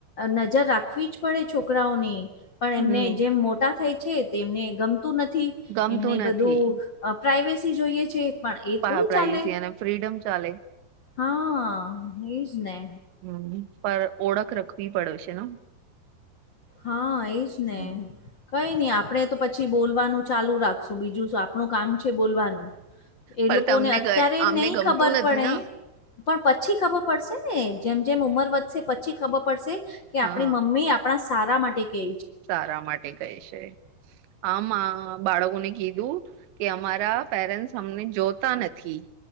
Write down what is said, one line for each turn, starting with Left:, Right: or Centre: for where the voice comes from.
Left: નજર રાખવી જ પડે છોકરાઓને પણ એમને
Right: હમ
Left: જેમ મોટા થાય છે, તે એમને ગમતું નથી
Right: ગમતું
Left: એમને બધું
Right: નથી
Left: પ્રાઇવેસી જોઈએ છે, પણ એ થોડી
Right: પ્રઇવેસી
Left: ચાલે.
Right: અને ફ્રીડમ ચાલે
Left: હા, એજ ને
Right: હમ પર ઓળખ રખવી પડેશે ને
Left: હા એજ ને
Right: હમ
Left: કઈ નહી આપણેે તો પછી બોલવાનું ચાલુ રાખશું બીજું. આપણું કામ છે બોલવાનું એ
Right: પણ
Left: લોકોને
Right: તમને
Left: અત્યારે
Right: આમને
Left: નહી
Right: ગમતું
Left: ખબર
Right: નથી
Left: પડે
Right: ને
Left: પણ પછી ખબર પડશે ને જેમ જેમ ઉંમર વધશે પછી ખબર પડશે કે
Right: હા
Left: આપણી મમ્મી આપણા સારા માટે કે
Right: સારા માટે કહે છે આમ બાળકોને કીધું. કે અમારા પેરેન્ટ્સ અમને જોતા નથી